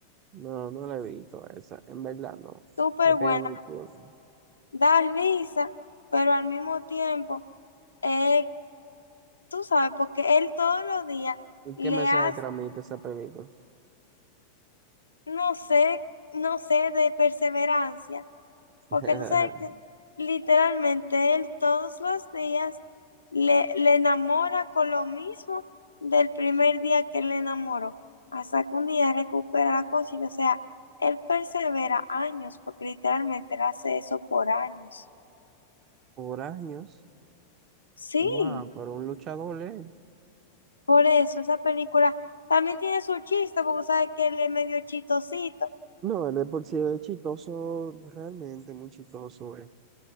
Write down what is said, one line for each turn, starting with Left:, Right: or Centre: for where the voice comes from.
Right: No, no la he visto esa, en verdad no.
Left: Súper
Right: Te pido
Left: buena.
Right: disculpas.
Left: Da risa, pero al mismo tiempo, eh, tú sabes, porque él todos los días
Right: ¿Y
Left: le
Right: qué mensaje
Left: hace,
Right: transmite esa película?
Left: no sé, no sé, de perseverancia. Porque
Right: <laughs>
Left: tú sabes que literalmente él todos los días le, le enamora con lo mismo del primer día que él le enamoró, hasta que un día recupera la conciencia. O sea, él persevera años, porque literalmente él hace eso por años.
Right: Por años,
Left: Sí,
Right: wow, pero un luchador, ¿eh?
Left: por eso esa película también tiene su chiste, porque sabes que él es medio chistosito,
Right: No, él de por sí es chistoso, realmente muy chistoso, ¿eh?